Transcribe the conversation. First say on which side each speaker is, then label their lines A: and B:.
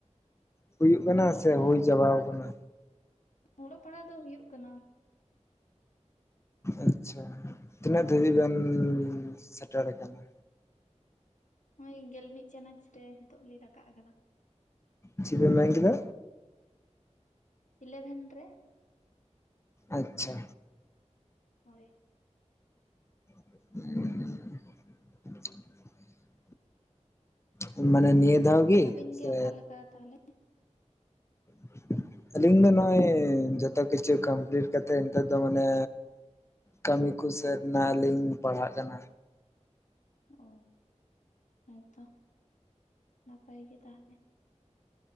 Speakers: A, on the left (about 20°); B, on the left (about 80°).
A: ᱦᱩᱭᱩᱜ ᱠᱟᱱᱟ
B: ᱚᱞᱚᱜ
A: ᱥᱮ
B: ᱯᱟᱲᱦᱟᱜ
A: ᱦᱩᱭ
B: ᱫᱚ
A: ᱪᱟᱵᱟᱣ ᱠᱟᱱᱟ?
B: ᱚᱞᱚᱜ ᱯᱟᱲᱦᱟᱣ ᱫᱚ ᱦᱩᱭᱩᱜ ᱠᱟᱱᱟ᱾
A: ᱟᱪᱪᱷᱟ, ᱛᱤᱱᱟᱹᱜ ᱫᱷᱟᱹᱵᱤᱡ ᱵᱮᱱ ᱥᱮᱴᱮᱨ ᱠᱟᱱᱟ?
B: ᱦᱚᱜ-ᱚᱭ ᱜᱮᱞ ᱢᱤᱫ ᱪᱟᱱᱟᱪ ᱨᱮ ᱱᱤᱛᱚᱜ ᱞᱤᱧ ᱨᱟᱠᱟᱜ ᱠᱟᱱᱟ᱾
A: ᱪᱤᱜ ᱵᱮᱱ ᱞᱮᱭ ᱠᱮᱫᱟ?
B: ᱤᱞᱮᱵᱷᱮᱱ ᱨᱮ।
A: ᱟᱪᱪᱷᱟ।
B: ᱦᱳᱭ।
A: <inaudible> ᱢᱟᱱᱮ ᱱᱤᱭᱟᱹ ᱫᱷᱟᱣ
B: ᱟᱵᱤᱱ ᱜᱮ
A: ᱥᱮ
B: ᱚᱠᱟ ᱞᱮᱠᱟ ᱛᱟᱦᱚᱞᱮ?
A: <inaudible> ᱟᱹᱞᱤᱧ ᱫᱚ ᱱᱚᱜ-ᱚᱭ ᱡᱚᱛᱚ ᱠᱤᱪᱷᱩ ᱠᱚᱢᱯᱤᱞᱤᱴ ᱠᱟᱛᱮ ᱱᱤᱛᱚᱜ ᱫᱚ ᱢᱟᱱᱮ᱾ ᱠᱟᱹᱢᱤ ᱠᱩ ᱥᱟᱹᱫ ᱱᱟ ᱟᱹᱞᱤᱧ ᱯᱟᱲᱦᱟᱜ ᱠᱟᱱᱟ᱾
B: ᱚ ᱦᱮᱸᱛᱚ ᱱᱟᱯᱟᱭ ᱜᱮ ᱛᱟᱦᱞᱮ᱾